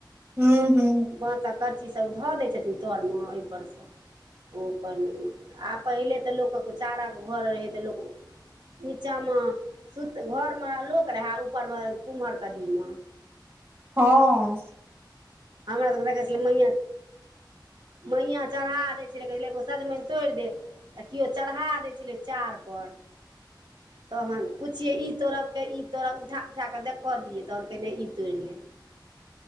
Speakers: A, on the right; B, on the right.
A: हू हू।
B: बाँस आ करची सभ धऽ दय छथिन तर मे ओहि पर से ओ अपन आ पहिले तऽ लोकऽ चारक घर रहै तऽ लोक नीचा मे सुत घर मे लोक रहै ऊपर मे कुम्हर कदीमा
A: ह
B: हमरा तऽ लगै छलै म
A: <inaudible>
B: मैआ चढ़ा दै छलै कहै एगो सजमेइन तोड़ दे त केओ चढ़ा दै छलै चार पर
A: <inaudible>
B: तहन पुछिये ई तोड़ब के ई तोड़ब उठा उठा के देखऽ दियै तहन कहै नेई तोइड़ ले